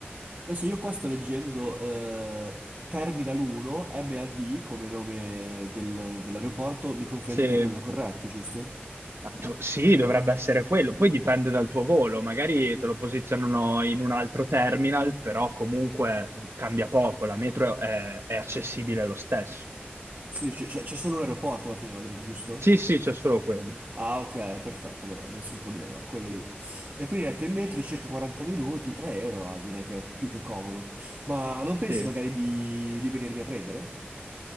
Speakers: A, on the right (about 50°); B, on the right (about 85°).
A: adesso io qua sto leggendo eh, Terminal 1 MAD come nome del- dell'aeroporto, mi confermi
B: Sì.
A: che è quello corretto, giusto?
B: Ah, do- Sì, dovrebbe essere quello, poi dipende dal tuo volo, magari te lo posizionano in un altro terminal, però comunque cambia poco, la metro è, è accessibile lo stesso.
A: Sì, c- c'è c'è solo un aeroporto alla fine, a Madrid, giusto?
B: Sì, sì, c'è solo quello.
A: Ah, ok, perfetto, allora nessun problema, quello lì. E quindi detto in metro circa 40 minuti, 3 euro, ah, direi che è più che comodo. Ma non pensi
B: Sì.
A: magari di, di venirmi a prendere?